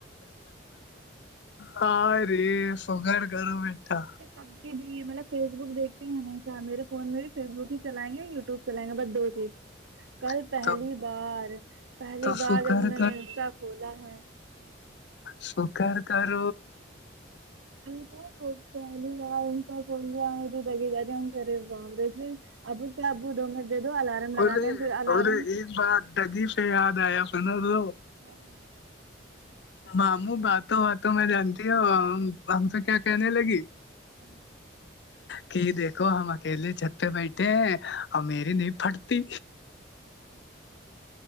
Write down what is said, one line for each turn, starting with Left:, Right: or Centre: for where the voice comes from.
Left: ہ رے فگار گھر بیٹا
Right: ابھی بھی مطلب فیس بک دیکھتے ہیں ہمیشہ میرے فون میں بھی فیس بک ہی چلیں گے یوٹیوب چلیں گے بس دو چیز
Left: <inaudible>
Right: کل پہلی
Left: تو
Right: بار پہلی
Left: تو
Right: بار
Left: فکر
Right: جب انہوں نے انسٹا کھولا ہے
Left: سکار کرار
Right: یہ تو ہو پے گ س بول جگے جااری ہم کر ہم ابو سے ابو د م دے دو الارم
Left: ارے
Right: لگانے پھر الارم
Left: ارے ایک بات دگی پ یاد آیا سنا تو
Right: ہوں
Left: ماموں ب تو ب تو میں جانتی ہوں ہم سے کیا کہنے لگی
Right: ہاں
Left: کہ دیکھو ہم اکیلے چھت پہ بیٹھے ہیں اور میری نہیں پھٹتی